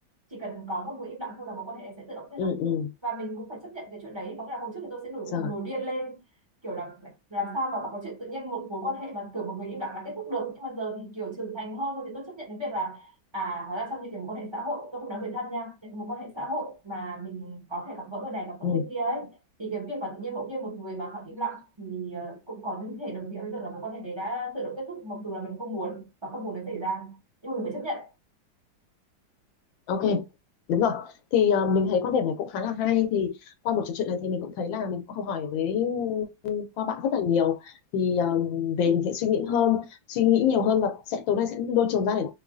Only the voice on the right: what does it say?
chỉ cần có một người im lặng thôi là mối quan hệ sẽ tự động kết
thúc
và mình cũng phải chấp nhận cái chuyện đấy có nghĩa là hồi trước thì tôi sẽ nổi
khùng nổi điên lên kiểu là làm sao mà có chuyện tự nhiên một mối quan hệ mà kiểu một người im lặng là kết thúc được nhưng mà giờ thì kiểu trưởng thành hơn rồi thì tôi chấp nhận cái việc là à hóa ra trong những cái mối quan hệ xã hội tôi không nói người thân nha những mối quan hệ xã hội mà mình có thể gặp gỡ người này gặp gỡ
người kia ấy thì cái việc mà tự nhiên mỗi kia một người mà họ im lặng thì ờ, cũng có những thể đồng nghĩa với việc là mối quan hệ đấy đã tự động kết thúc mặc dù là mình không muốn và không muốn nó xảy ra nhưng mà mình phải chấp nhận